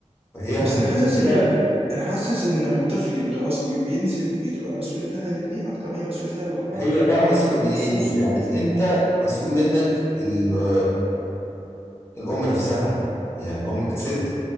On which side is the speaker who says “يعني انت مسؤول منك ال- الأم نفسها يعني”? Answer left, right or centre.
Left